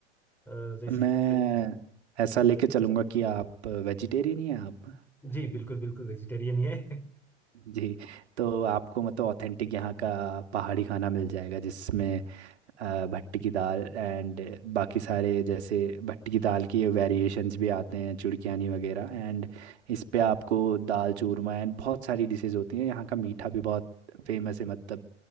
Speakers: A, in the centre; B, on the right.
A: अ, जैसे
B: मैं
A: कि
B: ऐसा लेके चलूंगा कि आप वेजिटेरियन ही हैं आप
A: जी बिल्कुल बिल्कुल वेजिटेरियन ही है
B: जी तो आपको मतलब ऑथेंटिक यहाँ का पहाड़ी खाना मिल जाएगा जिसमें अ, भट्टी की दाल एंड बाकी सारे जैसे भट्टी की दाल की वेरिएशंस भी आते हैं चुड़कियानी वगैरह एंड इस पे आपको दाल चूरमा एंड बहुत सारी डिशेज होती हैं यहाँ का मीठा भी बहुत फेमस है मतलब